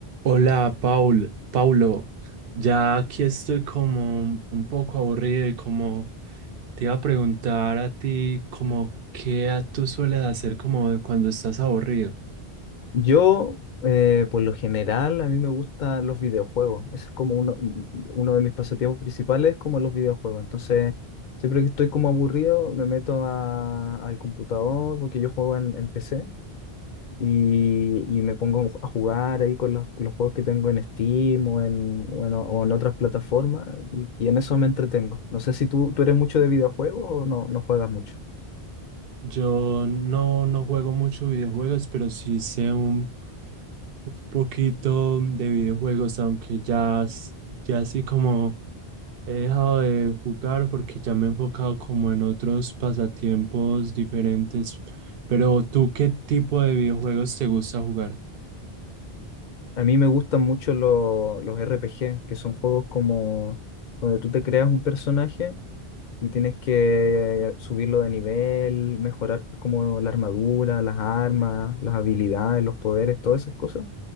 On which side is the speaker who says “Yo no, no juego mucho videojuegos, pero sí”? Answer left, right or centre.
Right